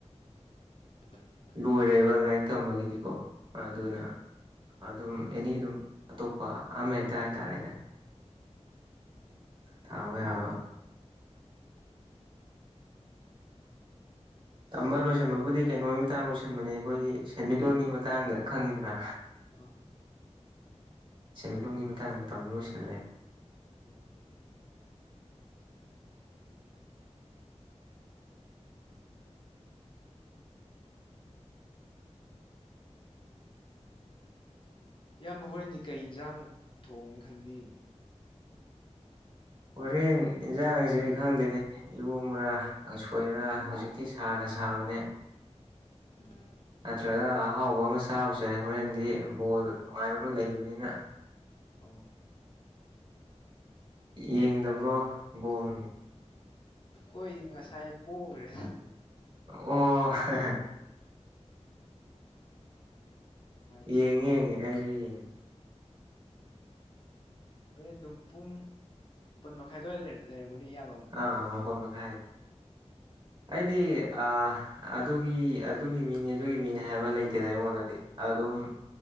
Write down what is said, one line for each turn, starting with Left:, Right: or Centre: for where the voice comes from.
Left: <unintelligible>
Right: ꯂꯣꯏꯔꯦꯕ ꯂꯥꯏꯔꯤꯛ ꯇꯝꯕꯒꯤꯗꯤꯀꯣ꯫ ꯑꯗꯨꯅ
Left: ꯎꯝ
Right: ꯑꯗꯨꯝ ꯑꯦꯅꯤ ꯑꯗꯨꯝ ꯑꯇꯣꯞꯄ ꯑꯃ ꯍꯦꯛꯇ ꯍꯥꯏꯇꯥꯔꯦꯗ꯫
Left: ꯑꯣ
Right: ꯊꯥꯃꯦ ꯌꯥꯕ ꯇꯝꯕ ꯂꯣꯏꯁꯤꯟꯕꯕꯨꯗꯤ ꯀꯩꯅꯣꯒꯤ ꯃꯇꯥꯡ ꯂꯣꯏꯁꯟꯕꯅꯦ ꯑꯩꯈꯣꯏꯒꯤ ꯁꯦꯟꯃꯤꯠꯂꯣꯟꯒꯤ ꯃꯇꯥꯡꯗ ꯈꯪꯉꯤꯗꯅ꯫
Left: ꯎꯝ
Right: ꯁꯦꯟꯃꯤꯠꯂꯣꯟꯒꯤ ꯃꯇꯥꯡꯗ ꯇꯝꯕ ꯂꯣꯏꯁꯤꯜꯂꯦ꯫
Left: ꯑꯣ <inaudible> ꯏꯌꯥꯝꯕ ꯍꯣꯔꯦꯟꯗꯤ ꯀꯩ ꯏꯟꯖꯥꯡ ꯊꯣꯡꯒꯦꯅ ꯈꯟꯕꯤꯔꯤ꯫
Right: ꯍꯣꯔꯦꯟ ꯏꯟꯁꯥꯡꯖꯦ ꯈꯪꯗꯦꯅꯦ ꯏꯔꯣꯝꯕꯔꯥ ꯀꯥꯡꯁꯣꯏꯔ ꯍꯧꯖꯤꯛ ꯁꯤ ꯁꯥꯒ ꯁꯥꯕꯅꯦ
Left: ꯎꯝ
Right: ꯅꯠꯇ꯭ꯔꯒ ꯑꯍꯥꯎ ꯑꯍꯥꯎꯕ ꯑꯃ ꯆꯥꯕꯁꯨ ꯌꯥ ꯍꯣꯔꯦꯟꯗꯤ ꯕꯣꯜ ꯅꯨꯡꯉꯥꯏꯕ ꯑꯃ ꯂꯩꯕꯅꯤꯅ
Left: ꯑꯥꯎ
Right: ꯌꯦꯡꯗꯕ꯭ꯔꯣ ꯕꯣꯜ
Left: ꯑꯈꯣꯏꯗꯤ ꯉꯁꯥꯏ ꯄꯣꯒ꯭ꯔꯦ꯫
Right: ꯑꯣ ꯍꯥ ꯍꯥ
Left: ꯃꯥꯏ ꯊꯤ
Right: ꯌꯦꯡꯉꯦ
Left: ꯐꯉꯣ
Right: ꯌꯦꯡꯉꯦ ꯑꯩꯁꯨ ꯌꯦꯡꯉꯦ
Left: ꯍꯣꯔꯦꯟ ꯑꯗꯨꯝ ꯄꯨꯡ ꯃꯥꯄꯟ ꯃꯈꯥꯏꯗꯋꯥꯏ ꯂꯩꯔꯝꯒꯅꯤ ꯌꯥꯝ
Right: ꯑꯥ ꯃꯥꯄꯜ ꯃꯈꯥꯏ ꯑꯩꯗꯤ ꯑ ꯑꯗꯨꯒꯤ ꯑꯗꯨꯒꯤ ꯃꯤꯅꯤ ꯑꯗꯨꯒꯤ ꯃꯤꯅꯤ ꯍꯥꯏꯕ ꯂꯩꯇꯦꯗ ꯑꯩꯉꯣꯟꯗꯗꯤ
Left: ꯑꯣ
Right: ꯑꯗꯨꯝ
Left: ꯎꯝ